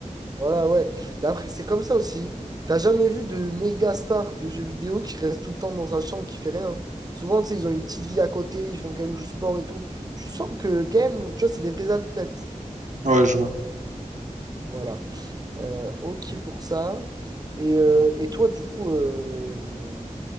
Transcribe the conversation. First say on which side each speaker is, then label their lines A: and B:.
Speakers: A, on the right; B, on the right.
A: Voilà, ouais. Mais après, c'est comme ça aussi. T'as jamais vu de méga star de jeux vidéo qui reste tout le temps dans sa chambre, qui fait rien. Souvent, tu sais, ils ont une petite vie à côté, ils font quand même du sport et tout. Tu sens que, quand même, tu vois, c'est des vrais athlètes.
B: Ouais, je vois.
A: Voilà. Euh, ok pour ça. Et, euh, et toi, du coup, euh,